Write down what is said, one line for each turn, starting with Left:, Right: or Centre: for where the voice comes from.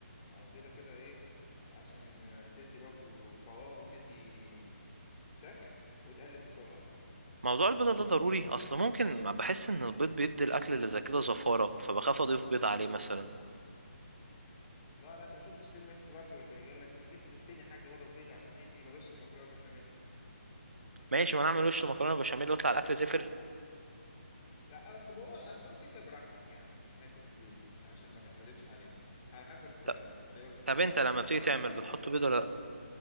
Left: او بيضه كده ايه عشان آه، تدي برضو قوام وتدي شكل وتقلب بسرعه
Right: موضوع البيضة ده ضروري اصل ممكن ما بحس ان البيض بيدي الاكل اللي زي كده زفارة فبخاف اضيف بيض عليه مثلا
Left: لا لا انت ما شفتش فيلم اكس لارج ولا ايه قال لك تضيفي بالتاني حاجه بدل بيضه عشان يدي يبقى وش المكرونه بشاميل
Right: ماشي ما نعمل وش مكرونة بشاميل ويطلع الاكل زفر
Left: لا اصل هو اصل هو كيكه براحتك يعني حته البيض دي عشان ما ما اكذبش عليك على حسب آه،
Right: طب
Left: تفضيلاتك
Right: طب
Left: انت
Right: انت
Left: يعني
Right: لما
Left: بس
Right: بتيجي
Left: انا
Right: تعمل
Left: بصراحه
Right: بتحط
Left: بفضل
Right: بيضة
Left: كده
Right: ولا لا